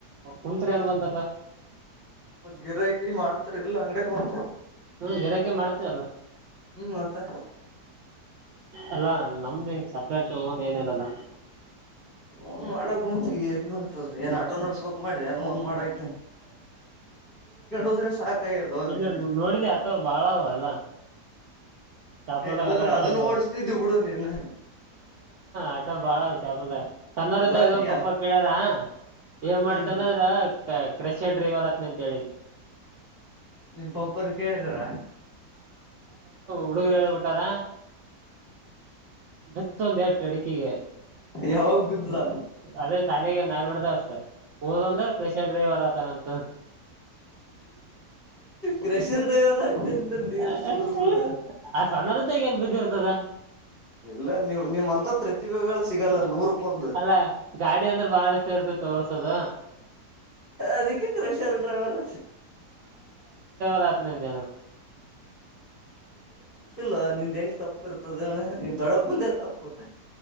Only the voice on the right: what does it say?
ಕುಂತ್ರಿ ಏನ್ ಬಂತ
ಜರಕೆ ಮಾಡ್ತೇವಲ್ಲ
ಅಲ್ಲಾ ನಮ್ದು ಹಿಂಗ ಸತ್ಯಚ ಹೋಗಂದ್ ಏನದಲ್ಲ
ಇನ್ನು
ನೋಡಿದ ಆಟೋ ಬಾಳ ಅಲ್ಲ ಶಾಪರ್ದಾಗ
ಆಟೋ ಬಾಳಾಗ
ಆಟೋ ಬಾಳ ಶಾಪರ್ದಾಗ ಸಣ್ಣಾರದಾಗ
ಪಪ್ಪ ಕಳ್ಯಾರ ಏನ್
ಮಾಡ್ತಂದದ್ರ ಕ್ರಷೆ ಡ್ರೈವರ್ತ್ತ ಇಂತೇಳನಿ
ಹಡುಗರ ರ ಜತ್ತೊಂದ ಎರಡು ಡಿಕಿಗೆ
ಅದೇ ಶಾಲೆಗೆ ನಾರ್ಗಡದ ಹ ಹದಂದ್ರ ತ ನಂತ
ಹ
ಆ ಸನಾರದ್ದಏ ಬಿದ್ದಿರ್ ಅದಾ
ಅಲ್ಲ ಗಾಡಿ ಅಂದ್ರೆ ಬಾಳ ಇಷ್ಟ ಇತ ತೋರ್ಸದ
ರಾತ್ ನ ಅ ಜ